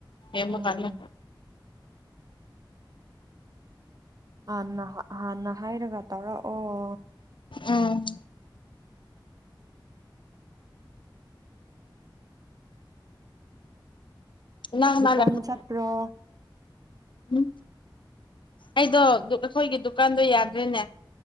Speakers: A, on the left; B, on the right.
A: ꯌꯦꯡꯕꯥ
B: ꯎꯝ
A: ꯀꯥꯟꯗ
B: ꯍꯥꯟꯅ ꯍꯥꯟꯅ ꯍꯥꯏꯔꯒ ꯇꯧꯔꯛꯑꯣ
A: ꯎꯝ ꯅꯪ
B: ꯗꯨꯀꯥꯟ
A: ꯅꯥ ꯂꯩꯕ
B: ꯆꯠꯄ꯭ꯔꯣ
A: ꯎꯝ ꯑꯩꯗꯣ ꯑꯩꯈꯣꯏꯒꯤ ꯗꯨꯀꯥꯟꯗꯣ ꯌꯥꯗ꯭ꯔꯦꯅꯦ